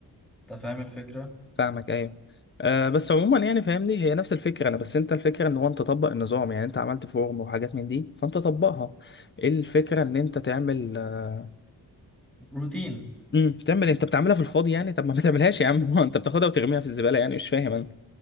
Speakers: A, in the centre; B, on the left.
A: انت فاهم الفكره
B: فاهمك ايوه أه بس عموما يعني فاهمني هي نفس الفكره انا بس انت الفكره ان هو انت تطبق النظام يعني انت عملت فورم وحاجات من دي فانت طبقها إيه الفكره ان انت تعمل أه
A: روتين
B: مم، تعمل إيه؟ انت بتعملها في الفاضي يعني طب ما ما تعملهاش يا عم <laughs> هو انت بتاخدها وترميها في الزباله يعني مش فاهم انا